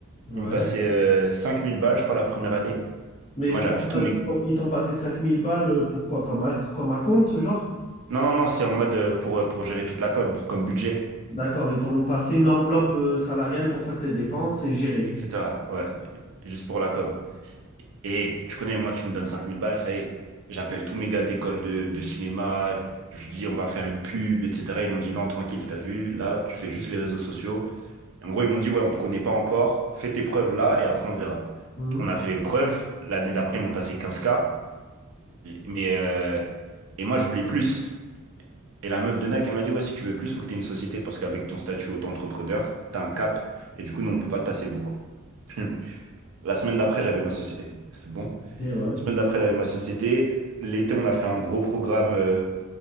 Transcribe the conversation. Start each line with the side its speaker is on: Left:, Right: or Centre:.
Left: ouais.
Right: ils me passaient euh, 5000 balles je crois la première année.
Left: Mais
Right: Moi
Left: ils
Right: j'ai appelé
Left: t'ont pas-
Right: tous mes...
Left: ils t'ont ils t'ont passé 5000 balles pour quoi? Comme un, comme un compte, genre?
Right: Non non non c'est en mode euh, pour, euh, pour gérer toute la com, comme budget,
Left: D'accord, ils t'ont passé une enveloppe euh, salariale pour faire tes dépenses et gérer.
Right: etc. Ouais, juste pour la com. Et tu connais, moi, tu me donnes 5000 balles, ça y est. J'appelle tous mes gars d'école de, de cinéma, je dis on va faire une pub, etc. Ils m'ont dit non, tranquille, t'as vu, là, tu fais juste les réseaux sociaux. En gros, ils m'ont dit ouais, on te connaît pas encore, fais tes preuves là et après on verra.
Left: Mhm.
Right: On a fait les preuves, l'année d'après, ils m'ont passé quinze k mais euh, et moi, je voulais plus. Et la meuf de Nike, elle m'a dit ouais, si tu veux plus, faut que t'aies une société parce qu'avec ton statut auto-entrepreneur, t'as un cap et du coup, non, on peut pas te passer beaucoup. <laughs> La semaine d'après, j'avais ma société. C'est bon?
Left: Ok, ouais.
Right: Semaine d'après, la ma société. L'été, on a fait un gros programme. euh,